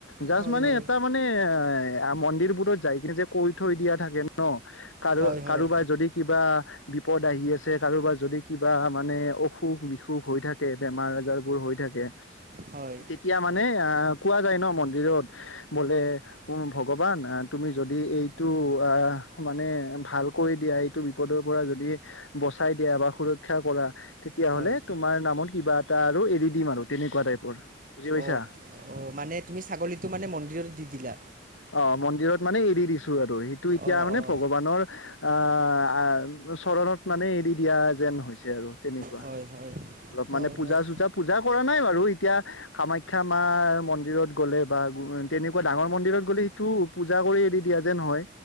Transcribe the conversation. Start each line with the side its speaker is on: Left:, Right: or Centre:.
Left: জাষ্ট
Right: হয়
Left: মানে
Right: হয়
Left: এটা মানে এ আম বোৰত যাই কিনে যে কৈ থৈ দিয়া থাকে ন কাৰো
Right: হয় হয়
Left: কাৰোবাৰ যদি কিবা বিপদ আহি আছে কাৰোবাৰ যদি কিবা মানে অসুখ বিসুখ হৈ থাকে বে বেমাৰ আজাৰ বোৰ হৈ থাকে
Right: হয়
Left: তেতিয়া মানে আ কোৱা যায় ন মন্দিৰত বোলে উ ভগৱান তুমি যদি এইটো অ মানে ভালকৈ দিয়া এইটো বিপদৰ পৰা যদি বচাই দিয়া বা সুৰক্ষা কৰা তেতিয়া
Right: হয়
Left: হ'লে তোমাৰ নামত কিবা এটা আৰু এৰি দিম আৰু তেনেকোৱা টাইপৰ বুজি পাইছা
Right: অ অ মানে তুমি ছাগলীতটো মানে মন্দিৰত দি দিলা
Left: অ মন্দিৰত মানে এৰি দিছো আৰু সেইটো এতিয়া
Right: অঁ
Left: মানে
Right: অঁ
Left: ভগৱানৰ আহ চৰণত মানে এৰি দিয়া যেন হৈছে আৰু তেনেকোৱা
Right: হয় হয়
Left: অলপ
Right: হয়
Left: মানে পূজা
Right: হয়
Left: চুজা পূজা কৰা নাই বাৰু এতিয়া কামাখ্যা মাৰ মন্দিৰত গ'লে বা গু উ তেনেকোৱা ডাঙৰ মন্দিৰত ছাগলীটো পূজা কৰি এৰি দিয়া যেন হয়